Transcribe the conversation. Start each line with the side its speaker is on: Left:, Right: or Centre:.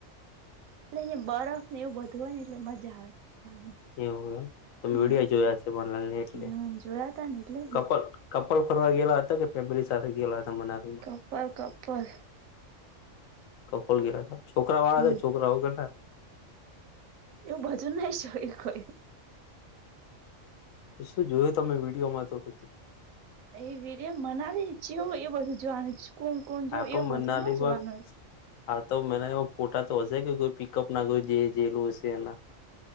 Right: એટલે અહયા બરફને એવું, બધું હોયને એટલે મજા આવે જવાની.
Left: એવું એમ તમે
Right: હમ
Left: વિીડીયો જોયા છે. બનલાલને એટલે
Right: હમ જોયા તા ને એટલે જ ને
Left: કપલ. કપલ ફરવા ગયેલા હતા કે ફેમિલી સાથે ગયેલા હતા મનાલી.
Right: Couple couple.
Left: કપોલ ગેયલા હતા. છોકરાવાળા
Right: હમ
Left: છે, કે છોકરાઓ વગરના.
Right: એવું ભજન નઈ જોઈ કોઈ.
Left: શું જોયું તમે વિડીયોમાં તો પછી
Right: એ વિડીયો મનાલી જેવું એ બધું જોવાનું કોણ કોણ
Left: આ
Right: જો
Left: તો
Right: એવું
Left: મનાલીમાં
Right: બધુંને જોવાનું.
Left: હા, તો મને એમાં ફોટા તો હશે કે કોઈ પિકઅપના કોઈ જે જેેલું હશે એના.